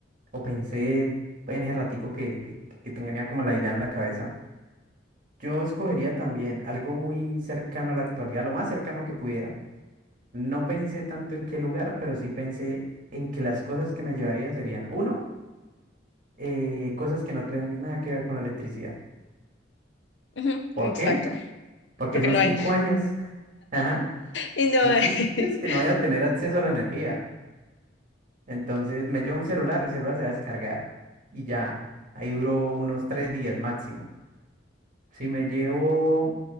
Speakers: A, on the right; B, on the left.
A: o pensé en ese ratico que, que, que tenía como la idea en la cabeza, yo escogería también algo muy cercano a la actualidad, lo más cercano que pudiera No pensé tanto en qué lugar, pero sí pensé en que las cosas que me llevaría serían, uno, eh, cosas que no tuvieran nada que ver con la electricidad.
B: Ujú,
A: ¿Por
B: exacto,
A: qué? Porque
B: porque
A: son
B: no
A: cinco
B: hay.
A: años. <laughs> Ajá.
B: Y no,
A: Son cinco años que
B: <laughs>
A: no voy a tener acceso a la energía. Entonces me llevo un celular, el celular se va a descargar y ya. Ahí duró unos tres días máximo. Si me llevo